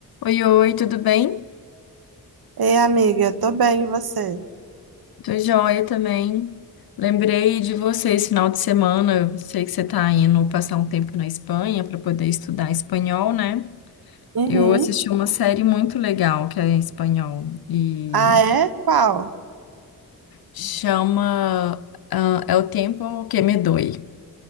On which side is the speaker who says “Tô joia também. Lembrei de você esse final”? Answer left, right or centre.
Left